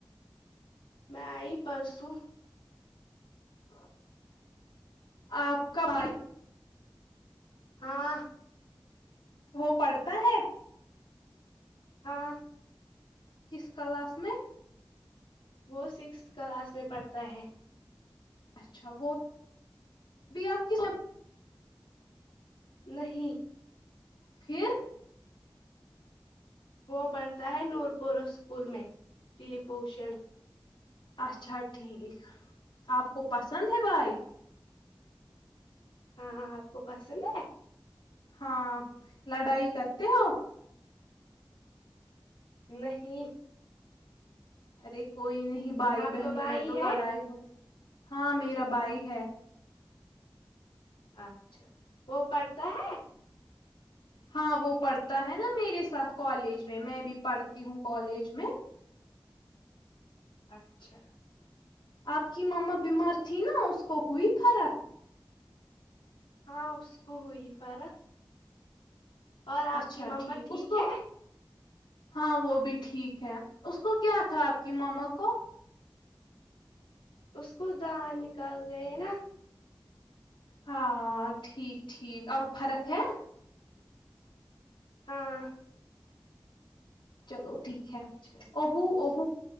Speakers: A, on the left (about 85°); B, on the left (about 65°).
A: میں آئی پرسوں
B: آ آپ کا بھائی
A: ہاں
B: وہ پڑھتا ہے
A: ہاں
B: کس کلاس میں
A: وہ سکستھ کلاس میں پڑھتا ہے
B: اچھا وہ ابھی آپ کی
A: نہیں
B: پھر
A: وہ پڑھتا ہے نور پور اسکول میں لی پوشن
B: اچھا ٹھیک آپ کو پسند ہے بھائی
A: ہاں آپ کو پسند ہے
B: ہاں لڑائی کرتے ہو
A: نہیں
B: ارے کوئی نہیں بھائی
A: آپ
B: بہنوں
A: کا بھائی
B: میں تو
A: ہے
B: لڑائی ہوتی ہاں میرا بھائی ہے
A: اچھا وہ پڑھتا ہے
B: ہاں وہ پڑھتا ہے نا میرے ساتھ کالج میں میں بھی پڑھتی ہوں کالج میں
A: اچھا
B: آپ کی ماما بیمار تھی نا اس کو ہوئی فرق
A: ہاں اس کو ہوئی فرق اور آپ
B: اچھا
A: کی مما
B: ٹھیک اسکو
A: ہے
B: ہاں وہ بھی ٹھیک ہے اس کو کیا تھا آپ کی ماما کو
A: اس کو دان نکال گئے نا
B: ہاں ٹھیک ٹھیک اب فرق ہے
A: ہاں
B: چلو ٹھیک ہے
A: اچھا
B: ابو ابو